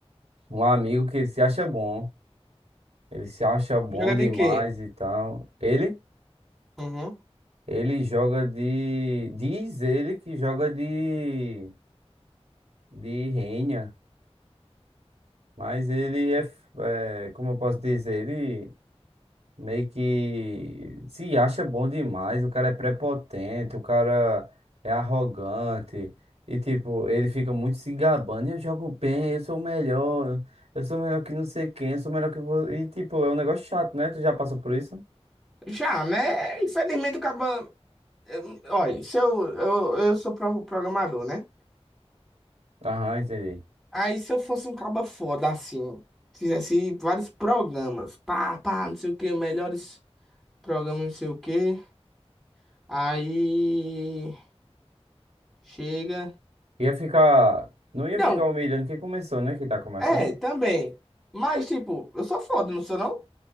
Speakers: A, on the right; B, in the centre.
A: um amigo que ele se acha bom. Ele se acha bom
B: Joga
A: demais
B: de quê?
A: e tal. Ele?
B: Uhum.
A: Ele joga de. Diz ele que joga de. De Renha. Mas ele é, f- é, como eu posso dizer, ele meio que se acha bom demais. O cara é prepotente, o cara é arrogante. E, tipo, ele fica muito se gabando. Eu jogo bem, eu sou o melhor, eu sou melhor que não sei quem, eu sou melhor que você. E, tipo, é um negócio chato, né? Tu já passou por isso?
B: Já, né? Infelizmente, o acaba. Olha, se eu, eu, eu sou pro- programador, né?
A: Aham, entendi.
B: Aí se eu fosse um caba foda assim, fizesse vários programas, pá, pá, não sei o que, melhores. programa não sei o quê. Aí chega.
A: Ia ficar. Não ia
B: Não,
A: ficar humilhando quem começou, né? Quem tá começando?
B: é, também. Mas, tipo, eu sou foda, não sou não?